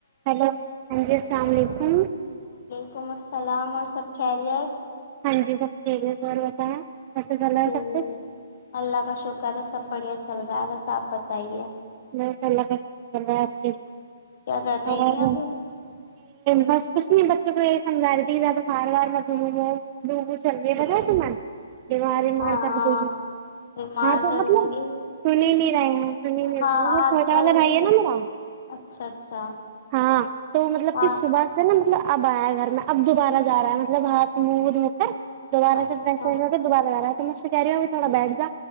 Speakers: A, on the right (about 25°); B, on the left (about 40°).
A: ہلو ہاں جی السلام علیکم
B: ولیکم السلام اور سب خیریت
A: ہاں جی سب ہے کو بتا ہے
B: جی
A: سب کچھ
B: اللہ کا شکر ہے سب بڑھیا چل رہا ہے بس آپ بتائیے
A: میںس اللہ کا شکر کر رہا ہے آپ کے
B: کیا کر رہی
A: اور
B: تھی ابھی
A: بس کچھ نہیں بتا س سمجا رہ ت فار وار م مو ڈو سرے برا س م دیوار مار
B: ہاں
A: کر گ
B: بیمار
A: ہاں تو
B: چل
A: مطلب
B: رہے گی
A: سن ہی نہیں رہے ہیں سنی نہیں
B: ہاں
A: چھوٹا
B: آج کل
A: والا بھائی
B: کی
A: ہے نا میرا
B: اچھا اچھا
A: ہاں تو مطلب
B: ہاں
A: کہ صبح سے نا مطلب اب آیا گھر میں اب دوبارہ جا رہا ہے مطلب ہاتھ منہ دھو کر دوبارہ
B: اچھا
A: سے دوبارہ <unintelligible> تمجھ سے کہہ رہی ہو ا تھوڑا بیٹھ جا